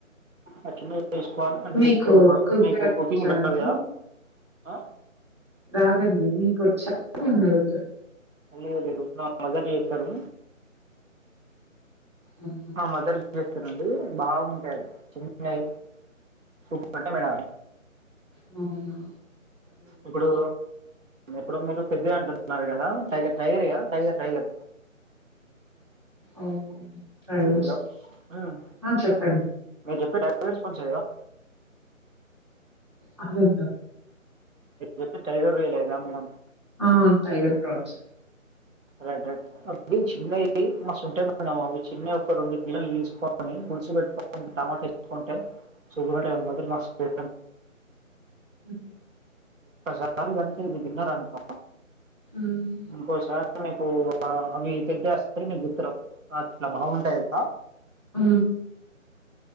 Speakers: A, on the right; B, on the right.
A: ఆ చిన్నవి తీసుకోండి అంటే
B: మీకు కుక్
A: మీకు కుకింగ్
B: చడి
A: రాదు కదా ఆ?
B: రాదండి నీకు వచా అని అడుగుతున్నా
A: వెళ లేరు నా మజా చేస్తారు
B: అవునా?
A: మ మదర్ చేస్తనండి బాగుంటారు చెన్నై సూపర్ అంటే మేడ
B: మవునా
A: ఇప్పుడు ఎప్పుడు మీరు పెద్దవి అంటున్నారు కదా టైగర్ టైగర్ కదా టైగర్ టైగర్
B: ఓకే సస్
A: హలో మ్మ్.
B: ఆ చెప్పండి
A: మీరు చెప్పే టైగర్ స్పాన్స్ కదా
B: అ
A: చెప్ప ట రయాలలే కదా మేడమ్
B: ఆ టైగర్ ప్రౌంస్
A: రైట్ రైట్ అ చిన్నవి మ ఉంటేమా అవి చిన్న ఒక రెండు కిలలు తీసుకొని టమాటా వేసుకుంటా సుగుర్ మ పె
B: హ
A: యారు కనుక ఇకిిన్నార అనిప
B: హ్మ్
A: ఇంకోస మీకు అవి పెద్దస్త మీకు గుతు అట్లా బాగుంటాయిట
B: ఆ